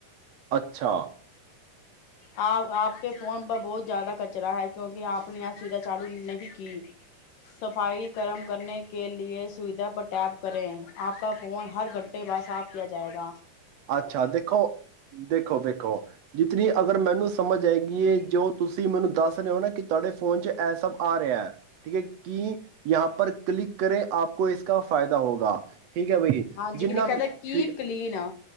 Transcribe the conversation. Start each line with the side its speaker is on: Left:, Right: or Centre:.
Right: ਅੱਛਾ
Left: ਹ ਆਪ ਕੇ ਫੋਨ ਪਰ ਬਹੁਤ ਜ਼ਿਆਦਾ ਕਚਰਾ ਹੈ ਕਿਉਂਕਿ ਆਪ ਨੇ ਯ ਸੁਵਿਧਾ ਚਾਲੂ ਨਹੀਂ ਕੀ ਸਫ਼ਾਈ ਕਰਮ ਕਰਨ ਕੇ ਲ ਸੁਵਿਧਾ ਪਰ ਟੈਪ ਕਰੇ ਆਪ ਕ ਫੋਨ ਹਰ ਘੰਟੇ ਬਾਅਦ ਸਾਫ਼ ਕੀਤਾ ਜਾਏਗਾ
Right: ਅੱਛਾ ਦੇਖੋ ਦੇਖੋ ਦੇਖੋ ਜਿਤਨੀ ਅਗਰ ਮੈਨੂੰ ਸਮਝ ਹੈਗੀ ਹੈ ਜੋ ਤੁਸੀਂ ਮੈਨੂੰ ਦੱਸ ਰਹੇ ਹੋ ਨਾ ਕਿ ਤੁਹਾਡੇ ਫੋਨ ਚ ਇਹ ਸਭ ਆ ਰਿਹਾ ਹੈ ਠੀਕ ਹੈ ਕਿ ਯਾਂ ਪਰ ਕਲਿਕ ਕਰੇ ਆਪ ਕੋ ਇਸਦਾ ਫਾਇਦਾ ਹੋਗਾ ਠੀਕ ਹੈ ਬਈ,
Left: ਹਾਂਜੀ
Right: ਜਿੰਨਾ
Left: ਕਿ ਲਿਖਿਆਦਾ ਕੀਪ
Right: ਠੀਕ
Left: ਕਲੀਨ ਆ